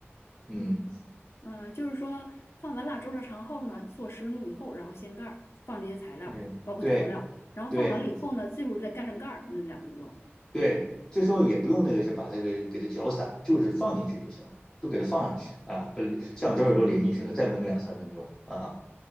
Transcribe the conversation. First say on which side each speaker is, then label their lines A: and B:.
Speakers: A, on the left; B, on the left.
A: 嗯，
B: 嗯，嗯呃就是说放完腊猪肉肠后呢，做十分钟以后，然后掀盖儿，放这些材料，
A: 对对
B: 包括调料，然后放完了以后呢，
A: 对
B: 最后再盖上盖儿，焖两分钟。
A: 对，这时候也不用那个是把它给给它搅散，就是放进去就行了，都给它放上去啊，把酱汁儿也都淋进去了，再焖个两三分钟啊。